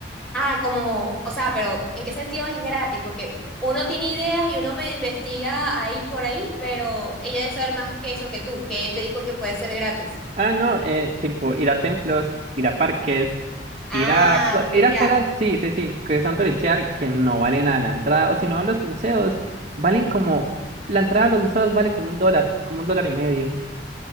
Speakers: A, in the centre; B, on the right.
A: Ah, como, o sea, pero ¿en qué sentido es gratis? Porque uno tiene ideas y uno me investiga ahí por ahí, pero ella debe saber más que eso que tú, que te dijo que puede ser gratis.
B: Ah, no, eh, tipo ir a templos, ir a parques,
A: Ah,
B: ir a, co-
A: turistear.
B: ir a cosas, sí, sí, sí, que son turistear, que no valen nada la entrada, o si no, los museos valen como, la entrada a los museos vale como un dólar, como un dólar y medio.